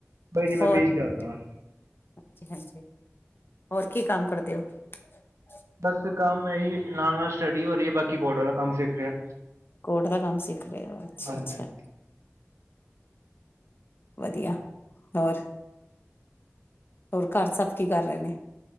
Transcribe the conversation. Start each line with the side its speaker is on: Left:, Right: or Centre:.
Right: ਕੋਈ ਨੀ ਮੈਂ
Left: ਹੋਰ
Right: ਬੀਜ
Left: ਹ
Right: ਲਿਆ ਦਾਂਗਾ
Left: ਹਾਂਜੀ ਹੋਰ ਕੀ ਕੰਮ ਕਰਦੇ? ਦਿਓ <unintelligible>
Right: ਬਸ ਕੰਮ ਇਹੀ ਨਾਲ ਨਾਲ ਸਟੱਡੀ ਹੋ ਰਹੀ ਹੈ ਬਾਕੀ ਕੋਟ ਵਾਲਾ ਕੰਮ ਸਿੱਖ ਰਿਹਾ।
Left: ਕੋਟ ਦਾ ਕੰਮ ਸਿੱਖ ਰਹੇ ਹੋ ਅੱਛਾ--ਅੱਛਾ।
Right: ਹਾਂਜੀ ਹਾਂਜੀ
Left: ਵਧੀਆ। ਹੋਰ? ਹੋਰ ਘਰ ਸਭ ਕੀ ਕਰ ਰਹੇ ਨੇ?